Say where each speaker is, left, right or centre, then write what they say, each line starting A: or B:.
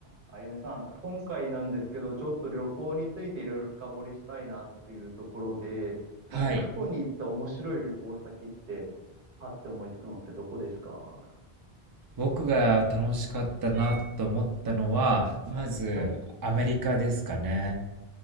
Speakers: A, on the right (about 55°); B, on the right (about 35°).
A: あゆみさん、今回なんですけど、ちょっと旅行についていろいろ深掘りしたいなっていうところで、
B: はい。
A: なんか過去に行った面白い旅行先って、パッて思いつくのってどこですか
B: 僕が楽しかったなと思ったのは、まずアメリカですかね。
A: はい、